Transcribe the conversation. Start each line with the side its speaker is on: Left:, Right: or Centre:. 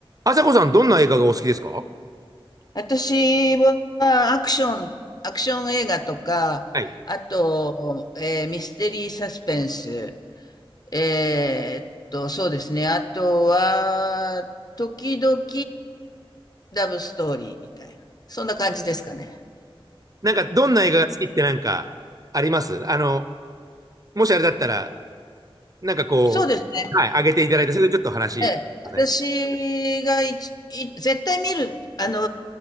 Right: あさこさん、どんな映画がお好きですか
Left: 私はアクション、アクション映画とか、
Right: はい。
Left: あと、えーミステリーサスペンス、えーっと、そうですね。あとは、時々ラブストーリーみたいな。そんな感じですかね。
Right: なんか、どんな映画が好きってなんか、ありますあの、もしあれだったら、なんかこう、
Left: そうですね。
Right: はい、上げていただいて、それでちょっと話、
Left: ええ、
Right: そうですね。
Left: 私がいちい絶対見る、あの